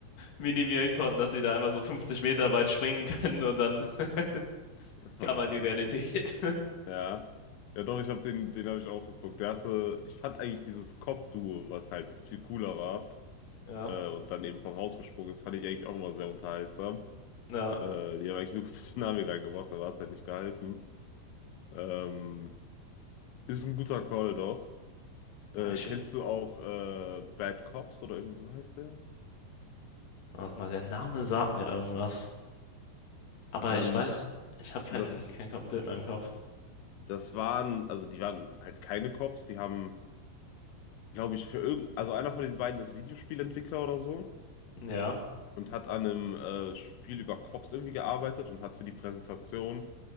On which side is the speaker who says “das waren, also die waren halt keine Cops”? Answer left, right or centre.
Left